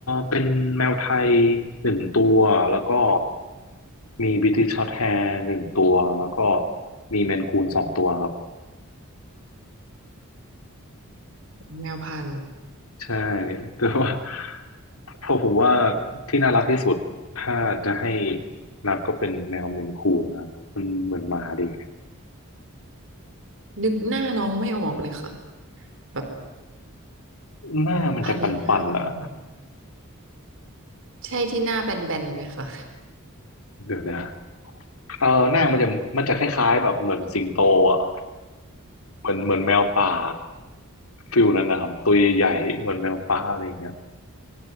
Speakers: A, on the left; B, on the right.
A: เป็นแมวไทยหนึ่งตัว แล้วก็มีบริติชช็อร์ตแฮร์หนึ่งตัว แล้วก็มีเมนคูนสองตัวครับ
B: แมวพันธุ์
A: ใช่ <laughs> แต่ว่าเพราะผมว่าที่น่ารักที่สุดถ้าจะให้นับก็เป็นแมวเมนคูนนะครับมันเหมือนหมาดี
B: นึกหน้าน้องไม่ออกเลยค่ะแบบ
A: หน้ามันจะปันๆอ่ะ
B: พันธุ์นี้หน้าเขาเป็นยังไงใช่ที่หน้าแบนๆไหมคะ
A: เดี๋ยวนะเออหน้ามันจะมันจะคล้ายๆแบบเหมือนสิงโตอ่ะเหมือนเหมือนแมวป่าฟิลนั้นนะครับตัวใหญ่ๆเหมือนแมวป่าอะไรอย่างเงี้ย